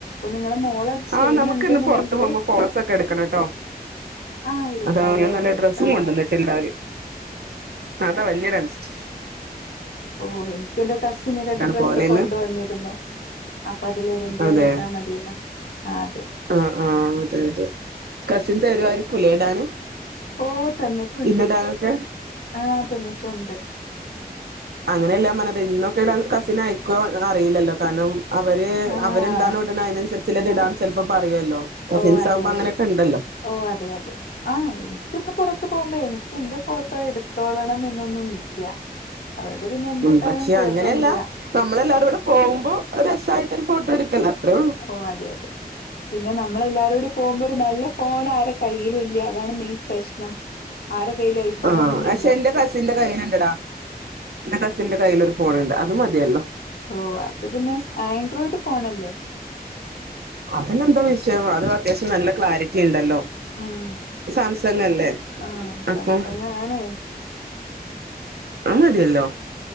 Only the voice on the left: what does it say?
നിങ്ങളെ മോളത് ചെയ്യുന്നുണ്ട്ന്നുണ്ടെങ്കില്
ആഹ് എടുക്കാലോ
എടുക്കാം
ഓ എനിക്ക് എന്റെ കസിന് രണ്ട് ഡ്രസ്സ്
കൊണ്ടുവന്നിരുന്നു. അപ്പൊ അതിലേതെങ്കിലും
ഒന്ന് ഇട്ടാ മതിയല്ലോ ആ അതെ.
ഓ തന്നിട്ടുണ്ട്.
ആ തന്നിട്ടുണ്ട്.
ആഹ്
ഓഹ് അതെ
അതെ
ഓ അതെ അതെ. ആ എനിക്കിന്ന് പൊറത്ത് പോകുമ്പേ എനിക്ക് എന്റെ ഫോട്ടോ എടുത്തോളണം എന്നൊന്നും ഇല്ല. അതുകൊണ്ട് പിന്നെ എന്തിട്ടാലും
കുഴപ്പമില്ല
ഓ അതെ അതെ. പിന്നെ നമ്മളെല്ലാരും കൂടിപോകുമ്പോ ഒരു നല്ല ഫോൺ ആരൊ കയ്യിലും ഇല്ല അതാണ് മെയിൻ പ്രശ്നം. ആരെ കയ്യിലും ഐഫോണൊന്നും
ഇല്ല
ഓഹ് അത് പിന്നെ ആൻഡ്രോയിഡ് ഫോണല്ലേ
ഉം
ആഹ്
സാംസങ് ആണ്